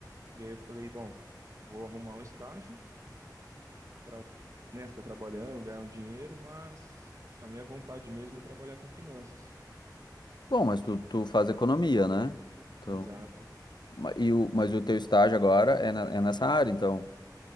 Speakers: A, on the right; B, on the left.
A: E aí eu falei, bom, vou arrumar um estágio para, né, tá trabalhando, ganhar um dinheiro, mas a minha vontade mesmo é trabalhar com finanças.
B: Bom, mas tu, tu faz economia, né? Então,
A: Exato.
B: ma- e o, mas o teu estágio agora é, na- é nessa área, então.